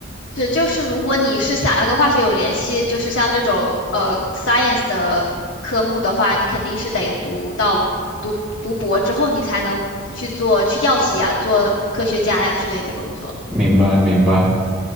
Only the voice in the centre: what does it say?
明白，明白。